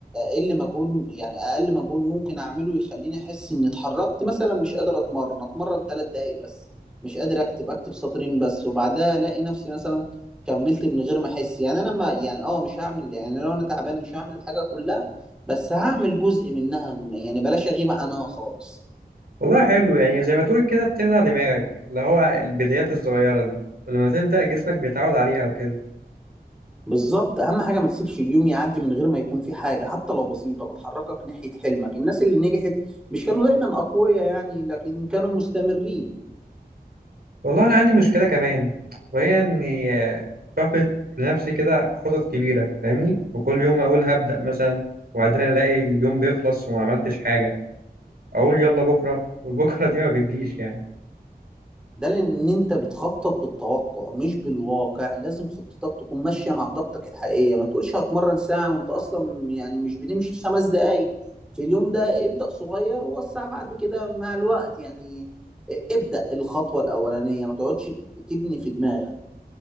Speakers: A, in the centre; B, on the right (about 70°).
A: أقل مجهود يعني أقل مجهود ممكن أعمله يخليني أحس إني اتحركت مثلا مش قادر أتمرن أتمرن تلات دقايق بس مش قادر أكتب أكتب سطرين بس وبعدها ألاقي نفسي مثلا كملت من غير ما أحس يعني أنا ما يعني أه مش هعمل يعني لو أنا تعبان مش هعمل الحاجة كلها بس هعمل جزء منها يعني بلاش أغيب عنها خالص
B: والله حلو يعني زي ما تقول كده بتخدع دماغك اللي هو البدايات الصغيرة دي ولما تبدأ جسمك بيتعود عليها وكده
A: بالظبط اهم حاجه ما تسيبش اليوم يعدي من غير ما يكون في حاجه حتى لو بسيطه بتحركك ناحيه حلمك الناس اللي نجحت مش كانوا دايما اقوياء يعني لكن كانوا مستمرين
B: والله أنا عندي مشكلة كمان وهي إني آه، بحبط لنفسي كده خطط كبيرة فاهمني وكل يوم أقول هبدأ مثلا وبعدين ألاقي اليوم بيخلص وما عملتش حاجة أقول يلا بكرة والبكرة دي ما بتجيش يعني
A: ده لان انت بتخطط بالتوقع مش بالواقع لازم خطتك تكون ماشيه مع طاقتك الحقيقيه ما تقولش هتمرن ساعه وانت اصلا يعني مش بتمشي خمس دقايق في اليوم ده ابدا صغير ووسع بعد كده مع الوقت يعني ابدا الخطوه الاولانيه ما تقعدش تبني في دماغك